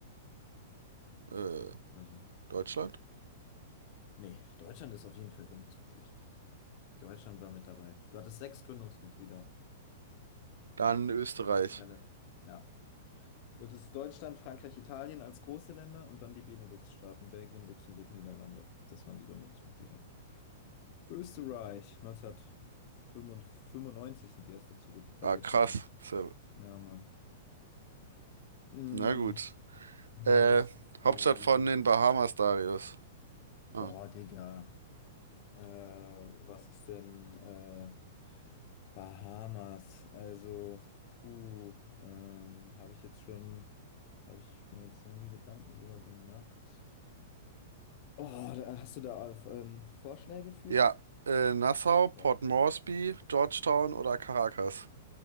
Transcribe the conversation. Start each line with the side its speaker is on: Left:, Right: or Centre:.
Right: äh,
Left: Also.
Right: Deutschland,
Left: Nee, Deutschland ist auf jeden Fall Gründungsmitglied. Deutschland war mit dabei. Du hattest sechs Gründungsmitglieder.
Right: dann Österreich.
Left: Relativ. Ja. Du hattest Deutschland, Frankreich, Italien als große Länder und dann die Benelux-Staaten, Belgien, Luxemburg, Niederlande. Das waren die Gründungsmitglieder. Österreich, 1995 sind die erst dazu get- beigetreten.
Right: Ah, krass. So,
Left: Ja, Mann. Mm,
Right: na gut.
Left: nice.
Right: Äh,
Left: Ähm,
Right: Hauptstadt von den Bahamas, Darius. Ah.
Left: boah, Digga. Äh, was ist denn äh, Bahamas? Also, puh, ähm, habe ich jetzt schon, habe ich mir jetzt noch nie Gedanken drüber gemacht. Oh, da, hast du da ähm, Vorschläge für?
Right: Ja, äh, Nassau,
Left: Der brauche
Right: Port Moresby,
Left: ich.
Right: Georgetown oder Caracas.